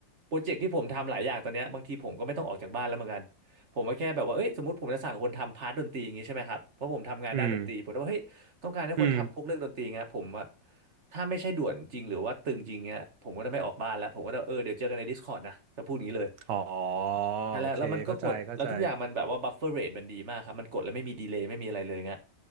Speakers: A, on the right (about 40°); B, on the right (about 70°).
A: โปรเจกต์ที่ผมทำหลายอย่างตอนเนี้ยบางทีผมก็ไม่ต้องออกจากบ้านแล้วเหมือนกันผมก็แค่แบบว่าเอ้ยสมมติผมจะสั่งคนทำพาร์ทดนตรีอย่างงี้ใช่ไหมครับเพราะผมทำงานด้านดนตรีผมก็บอกเฮ้ยต้องการให้คนทำพวกเรื่องดนตรีเงี้ยผมอะ
B: อืมอืม
A: ถ้าไม่ใช่ด่วนจริงหรือว่าตึงจริงเงี้ยผมก็จะไม่ออกบ้านแล้วผมก็จะเออเดี๋ยวเจอกันใน Discord นะจะพูดอย่างนี้เลย
B: อ๋อ
A: นั่นแหละแล้วมันก็กดแล้วทุกอย่างมันแบบว่าบัฟเฟอร์เรทมันดีมากครับมันกดแล้วไม่มีดีเลย์ไม่มีอะไรเลยเงี้ย
B: โอเค เข้าใจเข้าใจ